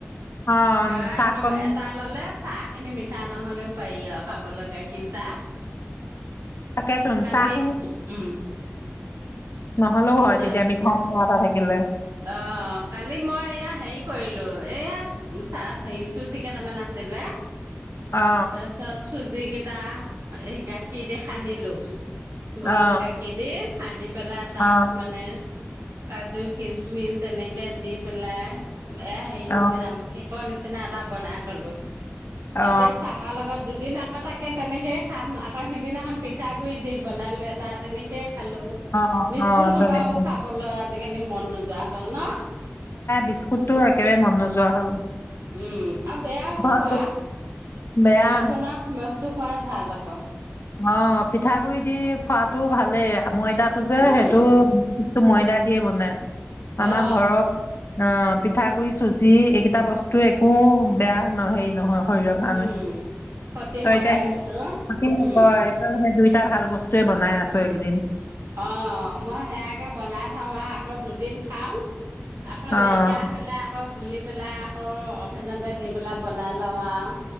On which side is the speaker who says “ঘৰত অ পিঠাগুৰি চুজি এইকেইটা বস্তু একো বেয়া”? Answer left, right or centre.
Left